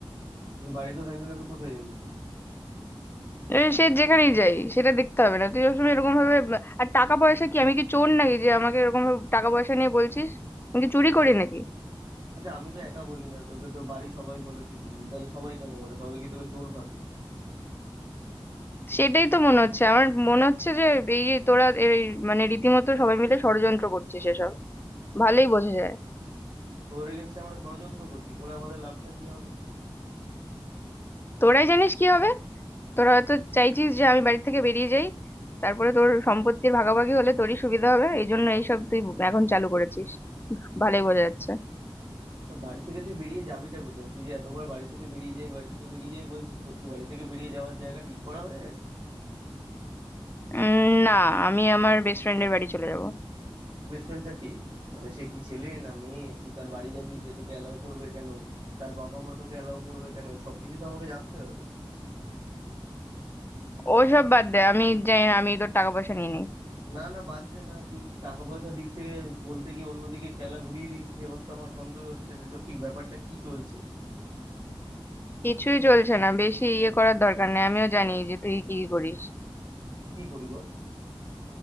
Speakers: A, on the right; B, on the left.
A: তুই বাড়িতে থাকবি না তো কোথায় যাবি তুই
B: এ, সে যেখানেই যাই সেটা দেখতে হবে না তুই সবসময় এরকম ভাবে আর টাকা পয়সা কি আমি কি চোর নাকি যে আমাকে এরকম ভাবে টাকা পয়সা নিয়ে বলছিস আমি কি চুরি করি নাকি
A: আচ্ছা আমি তো একা বলি না তোকে তো বাড়ির সবাই বলে তুই বললি তাহলে সবাই কেন বলে সবাই কি তোকে চোর ভাবে
B: সেটাই তো মনে হচ্ছে আমার মনে হচ্ছে যে এই যে তোরা এই মানে রীতিমতো সবাই মিলে ষড়যন্ত্র করছিস এসব ভালোই বোঝা যায়
A: তোর এগেনস্টে আমরা ষড়যন্ত্র করছি করে আমাদের লাভটা কি হবে
B: তোরাই জানিস কি হবে তোরা হয়তো চাইছিস যে আমি বাড়ি থেকে বেরিয়ে যাই তারপরে তোর সম্পত্তির ভাগাভাগি হলে তোরই সুবিধা হবে এই জন্য এইসব তুই এখন চালু করেছিস ভালোই বোঝা যাচ্ছে
A: না বাড়ি থেকে তুই বেরিয়ে যাবিটা কোথায় তুই যে এতবার বাড়ি থেকে বেরিয়ে যাই বাড়ি থেকে বেরিয়ে যাই বলছিস তোর কি বাড়ি থেকে বেরিয়ে যাওয়ার জায়গা ঠিক করা হয়ে গেছে
B: উম, না আমি আমার বেস্ট ফ্রেন্ডের বাড়ি চলে যাব
A: বেসমেন্টটা কে মানে সে কি ছেলে না মেয়ে তুই তার বাড়ি যাবি সে তোকে অ্যালাউ করবে কেন তার বাবা মা তোকে অ্যালাউ করবে কেন এই সবকিছু তো আমাকে জানতে হবে
B: ওসব বাদ দে আমি জানি না আমি তোর টাকা পয়সা নিয়ে নিই
A: না না বাদ দে না তুই টাকা পয়সার দিক থেকে বলতে গিয়ে অন্যদিকে খেলা ঘুরিয়ে দিয়েছিস এবার তো আমার সন্দেহ হচ্ছে যে তোর ঠিক ব্যাপারটা কি চলছে
B: কিছুই চলছে না বেশি ইয়ে করার দরকার নেই আমিও জানি যে তুই কি কি করিস
A: কি করি বল